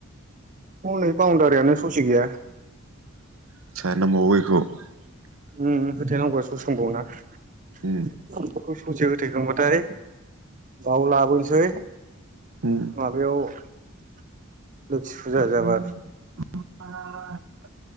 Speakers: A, on the right; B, on the right.
A: हनै बाउणडारियानो ससे गैया
B: <unintelligible>
A: ओम ओम होथेनांगौआ ससे दंबाव ना <unintelligible>
B: ओम
A: ससे होथे खांबाथाय बाव लाबोनोसै
B: ओम
A: माबायाव <unintelligible>
B: <unintelligible>
A: जाबा
B: <inaudible>